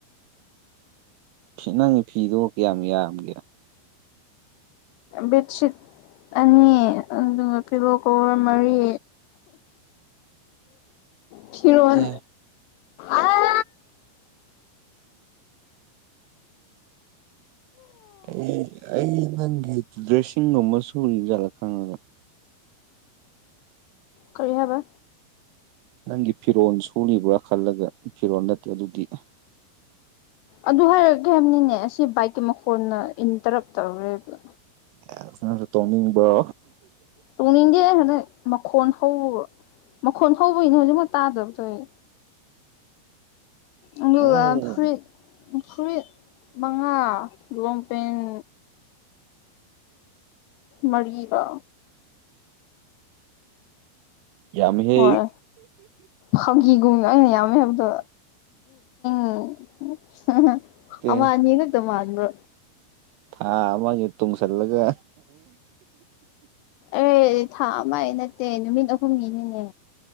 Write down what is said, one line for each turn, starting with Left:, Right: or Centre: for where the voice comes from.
Right: ꯅꯪꯒꯤ ꯐꯤꯗꯣ ꯀꯌꯥꯝ ꯌꯥꯝꯒꯦ
Left: ꯕꯦꯗ ꯁꯤꯠ ꯑꯅꯤ ꯑꯗꯨꯒ ꯄꯤꯂꯣꯀꯣꯕꯔ ꯃꯔꯤ ꯐꯤꯔꯣꯟ
Right: ꯑꯦ
Left: ꯑꯁ
Right: ꯑꯩ ꯑꯩ ꯅꯪꯒꯤ ꯗ꯭ꯔꯦꯁꯁꯤꯡꯒꯨꯝꯕ ꯁꯨꯔꯤꯕ ꯖꯥꯠꯂ ꯈꯟꯂꯒ
Left: ꯀꯔꯤ ꯍꯥꯏꯕ
Right: ꯅꯪꯒꯤ ꯐꯤꯔꯣꯜ ꯁꯨꯔꯤꯕ꯭ꯔꯥ ꯈꯜꯂꯒ ꯐꯤꯔꯣꯜ ꯅꯠꯇꯦ ꯑꯗꯨꯗꯤ
Left: ꯑꯗꯨ ꯍꯥꯏꯔꯛꯀꯦ ꯍꯥꯏꯕꯅꯤꯅꯦ ꯑꯁꯤ ꯕꯥꯏꯛꯀꯤ ꯃꯈꯣꯟꯅ ꯏꯟꯇꯔꯞ ꯇꯧꯔꯦꯕ
Right: ꯑꯦꯁ ꯅꯪꯁꯨ ꯇꯣꯡꯅꯤꯡꯕ꯭ꯔꯣ
Left: ꯇꯣꯡꯅꯤꯡꯗꯦꯗ <inaudible> ꯃꯈꯣꯟ ꯍꯧꯕꯒ ꯃꯈꯣꯟ ꯍꯧꯕꯒꯤꯅꯦ ꯍꯧꯖꯤꯛꯃꯛ ꯇꯥꯗꯕꯗꯣ ꯑꯩ ꯑꯗꯨꯒ
Right: ꯎꯝ
Left: ꯐꯨꯔꯤꯠ ꯐꯨꯔꯤꯠ ꯃꯉꯥ ꯂꯣꯡꯄꯦꯟꯠ ꯃꯔꯤꯒ
Right: ꯌꯥꯝꯃꯤꯍꯦ
Left: ꯍꯣꯏ ꯐꯥꯒꯤꯒꯨꯝ ꯑꯩꯅ ꯌꯥꯝꯃꯦ ꯍꯥꯏꯕꯗꯣ <inaudible>
Right: ꯇꯦ
Left: ꯑꯃ ꯑꯅꯤ ꯈꯛꯇ ꯃꯥꯟꯕ꯭ꯔꯣ
Right: ꯊꯥ ꯑꯃꯒꯤ ꯇꯨꯡꯁꯜꯂꯒ
Left: ꯑꯩ ꯊꯥ ꯑꯃꯩ ꯅꯠꯇꯦ ꯅꯨꯃꯤꯠ ꯑꯍꯨꯝꯅꯤꯅꯤꯅꯦ